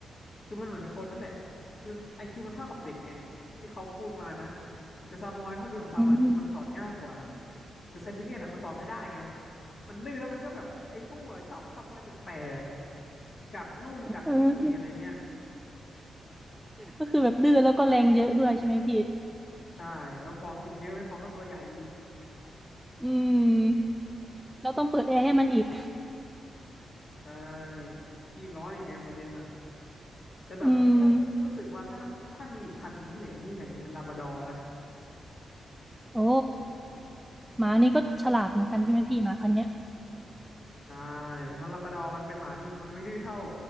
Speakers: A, on the left (about 60°); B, in the centre.
A: คือมันเหมือนคนนั่นแหละคือไอคิวมันเท่ากับเด็กไงที่เขาพูดมานะแต่ซามอยข้อดีของซามอยคือมันสอนง่ายกว่า
B: อืม
A: แต่ไซบีเรียนอ่ะมันสอนไม่ได้ไงมันดื้อแล้วมันก็แบบไปทั่วชอบทำอะไรแปลกๆกัดนู่นกัดนี่อะไรเงี้ย
B: อืมก็คือแบบดื้อแล้วก็แรงเยอะด้วยใช่ไหมพี่
A: ใช่แล้วพอกินเยอะไม่พอก็ตัวใหญ่อีก
B: อืมแล้วต้องเปิดแอร์ให้มันอีก
A: ใช่ขี้ร้อนอีกไงประเด็นอะแต่แบบพี่ก็รู้สึกว่าถ้าถ้ามีอีกพันธุ์ที่พี่อยากเลี้ยงพี่อยากเลี้ยงเป็นลาบราดอร์นะ
B: อืมโอ้หมานี่ก็ฉลาดเหมือนกันใช่ไหมพี่หมาพันธุ์เนี้ย
A: ใช่ เพราะลาบราดอร์มันเป็นหมาที่มันไม่ดื้อเท่า